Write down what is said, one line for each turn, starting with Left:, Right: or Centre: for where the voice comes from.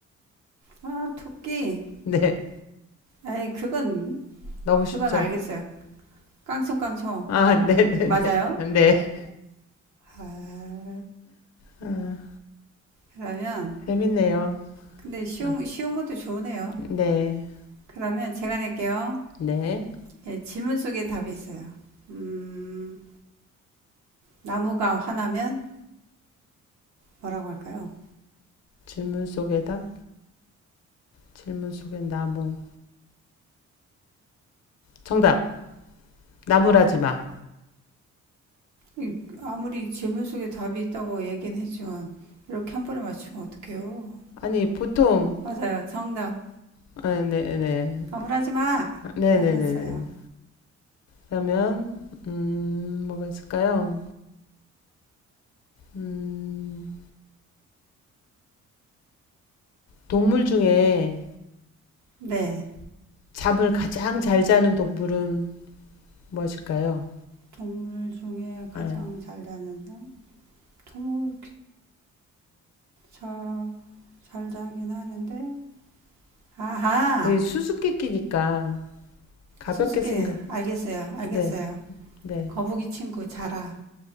Right: 아, 토끼.
Left: <laughs> 네,
Right: 에이, 그건,
Left: 너무
Right: 그건
Left: 쉽죠.
Right: 알겠어요. 깡총깡총.
Left: 아, <laughs> 네네네.
Right: 맞아요?
Left: 네. 네. 네.
Right: 아,
Left: 아,
Right: 그러면,
Left: 재밌네요.
Right: 근데 쉬운,
Left: 아,
Right: 쉬운 것도 좋으네요.
Left: 네,
Right: 그러면 제가 낼게요.
Left: 네.
Right: 예, 질문 속에 답이 있어요. 음, 나무가 화나면 뭐라고 할까요?
Left: 질문 속의 답, 질문 속의 나무. 정답, 나무라지 마.
Right: 이- 아무리 질문 속에 답이 있다고 얘기는 했지만 이렇게 한 번에 맞추면 어떡해요?
Left: 아니, 보통,
Right: 맞아요. 정답.
Left: 아, 네네.
Right: 나무라지 마.
Left: 네네네네.
Right: 맞았어요.
Left: 그러면, 음, 뭐가 있을까요? 음, 동물 중에
Right: 네.
Left: 잠을 가장 잘 자는 동물은 무엇일까요?
Right: 동물 중에 가장
Left: 아,
Right: 잘 자는 사람? 동물 다잘 자긴 하는데 아하
Left: 이 수수께끼니까 가볍게
Right: 수수께
Left: 생각.
Right: 알겠어요. 알겠어요.
Left: 네, 네.
Right: 거북이 친구 자라